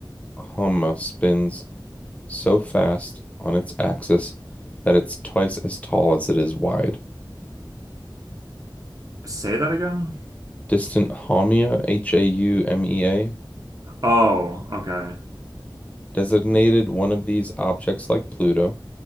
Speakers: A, on the left; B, on the right.
A: Homa spins so fast on its axis that it's twice as tall as it is wide.
B: Say that again?
A: Distant Haumea, H-A-U-M-E-A,
B: Oh, okay.
A: designated one of these objects like Pluto.